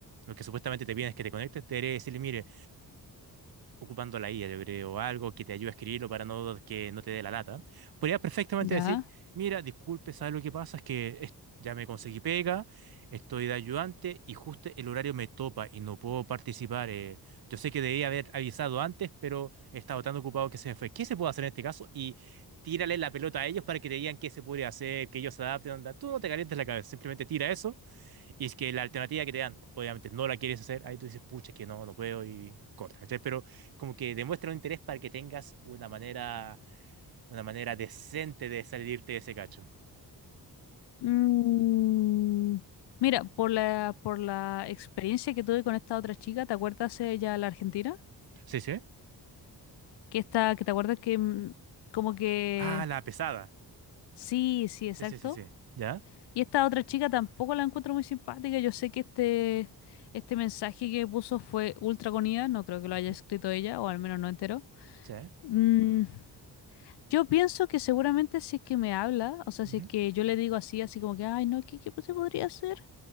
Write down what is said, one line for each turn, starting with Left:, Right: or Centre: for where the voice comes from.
Right: lo que supuestamente te piden es que te conectes, te debería decirle, mire, ocupando la IA, yo creo, algo que te ayude a escribirlo para no que no te dé la lata, podrías perfectamente
Left: Ya.
Right: decir, mira, disculpe, ¿sabes lo que pasa? Es que es- ya me conseguí pega, estoy de ayudante y justo el horario me topa y no puedo participar. eh, Yo sé que debía haber avisado antes, pero he estado tan ocupado que se me fue. ¿Qué se puede hacer en este caso? Y tírale la pelota a ellos para que te digan qué se puede hacer, que ellos se adapten, onda. Tú no te calientes la cabeza, simplemente tira eso y es que la alternativa que te dan, obviamente no la quieres hacer, ahí tú dices, pucha, es que no, no puedo y corta, ¿cachai? Pero como que demuestra un interés para que tengas una manera, una manera decente de salirte de ese cacho.
Left: Mm, mira, por la, por la experiencia que tuve con esta otra chica, ¿te acuerdas ella, la argentina?
Right: Sí, sí.
Left: Que está, que te acuerdas que mm, como que
Right: Ah, la pesada.
Left: sí, sí, exacto.
Right: Sí, sí, sí, sí. ¿Ya?
Left: Y esta otra chica tampoco la encuentro muy simpática. Yo sé que este, este mensaje que puso fue ultra con IA, no creo que lo haya
Right: Ujú.
Left: escrito ella, o al menos no entero.
Right: Sí.
Left: Mm, yo pienso que seguramente si es que me habla, o sea,
Right: Ujú.
Left: si es que yo le digo así, así como que, ay, no, ¿qué, qué se podría hacer?